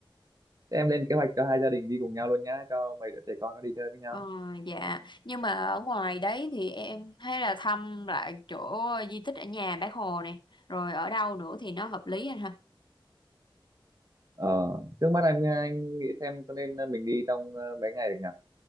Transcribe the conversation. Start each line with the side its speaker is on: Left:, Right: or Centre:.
Right: em lên kế hoạch cho hai gia đình đi cùng nhau luôn nhá, cho mấy đứa trẻ con nó đi chơi với nhau.
Left: Ờ, dạ nhưng mà ở ngoài đấy thì em thấy là thăm lại chỗ di tích ở nhà Bác Hồ này rồi ở đâu nữa thì nó hợp lý anh ha?
Right: Ờ, trước mắt em nha, anh nghĩ xem có nên ờ, mình đi trong ờ, mấy ngày được nhỉ?